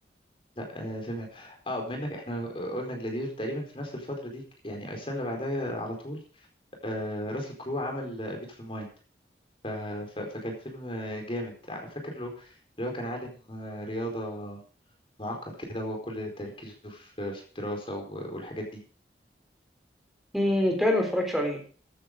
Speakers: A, on the left; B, in the centre.
A: لا آه، فيلم حلو. اه بما انك احنا قلنا جلاديتور تقريبا في نفس الفترة دي يعني السنة اللي بعدها على طول آه، راسل كرو عمل بيت في الماين ف... ف... فكان فيلم جامد فاكر له اللي هو كان عالم رياضة معقد كده هو كل تركيزه في في الدراسة و- والحاجات دي
B: امم تاني ما اتفرجتش عليه